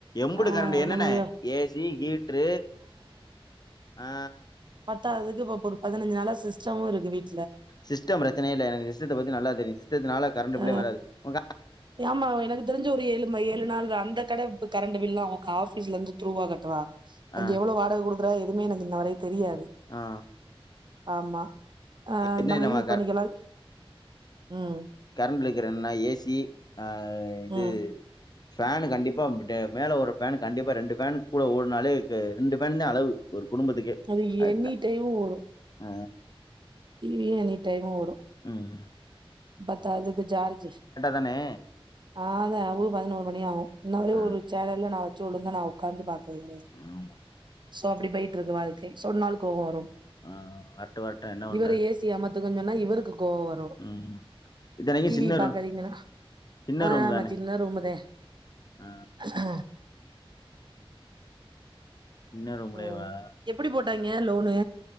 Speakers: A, on the left; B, on the right.
A: எம்புட்டு
B: ஆ
A: கரண்ட்டு என்னன்ன
B: நம்ம யோ
A: ஏசி ஹீட்ரு ஆ
B: பாத் பத்தாதுக்கு இப்ப ஒரு பதினஞ்சு நாள சிஸ்டமு இருக்கு வீட்
A: சிஸ்டம் பிரச்சனையே இல்ல எனக்கு சிஸ்டத்த பத்தி நல்லா தெரியு சிஸ்டத்துனால கரண்டு
B: அ
A: பில்லே வராது உ
B: ஆமா எனக்கு தெரிஞ்சு ஒரு ஏழு ஏழு நாள் தா அந்த கட இ கரண்டு பில்லு ஆஃபீஸ்ல இருந்து த்ரூவா கட்டுவா அங்க
A: ஆ
B: எவ்வளவு வாடக குடுக்குறா எதுவுமே எனக்கு இன்ன வரையு தெரியாது
A: ஆ
B: ஆமா ஆ
A: என்னென்னமா
B: நம்ம யூஸ் பண்ணிக்கலா உம்
A: கரண்ட்டிலுகுறதுன ஏசி ஆ இது
B: ம்
A: ஃபேனு கண்டிப்பா மேல ஒரு ஃபேனு கண்டிப்பா ரெண்டு ஃபேனு கூட ஓடுனாலே ரெண்டு ஃபேனு தா அளவு குடும்பத்துக்கே
B: அது
A: அதுதா
B: எனி டைமு ஓடு
A: ஆ
B: டி வியு எனி டைமு ஓடு
A: ம்‌ ம் ம்
B: பத்தாதுக்கு ஜார்ஜு
A: தானே
B: ஆ தா பதினோரு மணி ஆகு இன்ன வரை
A: ஆ
B: ஒரு சேனல்ல நா வச் ச்சுடுங்க நா ஒக்காந்து பா <unintelligible>
A: ம்
B: சோ அப்டி பேயிட்டுருக்கு வாழ்க்கை சொன்னால் கோவம் வரும்
A: ஆ வரட்டும், வரட்டும் என்ன பண்றது?
B: இவர ஏசி அமத்துங்கன்சொன்னா இவருக்கு கோவ வரு
A: ம். இத்தனைக்கும்
B: டீ
A: சின்ன
B: வி பாக்காதீங்கன்
A: ரூம்
B: சொன்னா
A: சின்ன
B: ஆமா
A: ரூம் தானே!
B: சின்ன ரூம்பதா
A: ஆ
B: ஆ
A: சின்ன ரூம்லேவா?
B: ம் எப்புடி போட்டாங்க லோனு